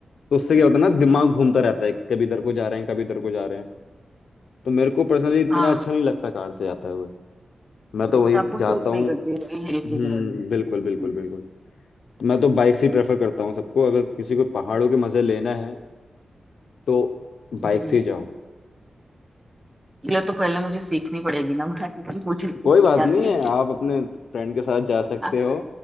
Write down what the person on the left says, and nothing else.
तो उससे क्या होता है ना दिमाग
घूमता रहता है कि कभी इधर को जा रहे हैं कभी इधर को जा रहे हैं तो मेरे को पर्सनली इतना
अच्छा नहीं लगता कार से जाते हुए मैं तो वही
जाता
हूँ
हम्म
बिल्कुल बिल्कुल बिल्कुल तो मैं तो बाइक से ही प्रेफर करता हूँ सबको अगर किसी को पहाड़ों के मजे लेना है तो
बाइक से ही जाओ
कोई बात
नहीं है आप अपने फ्रेंड के साथ जा सकते हो